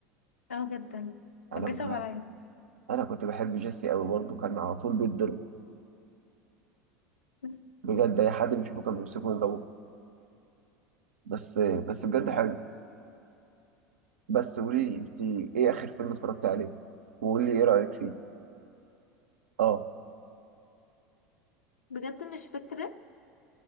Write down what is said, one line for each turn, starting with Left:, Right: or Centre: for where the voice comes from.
Left: اه جدا
Right: انا
Left: كان بيصعب
Right: كنت بحب
Left: عليا
Right: انا كنت بحب جيسي قوي برضه كان على طول بيتضرب
Left: <laughs>
Right: بجد اي حد بيشوفه كان بيمسكه يضربه بس بس بجد حلو بس قولي لي انت ايه اخر فيلم اتفرجت عليه وقولي لي ايه رايك فيه اه
Left: بجد مش فاكره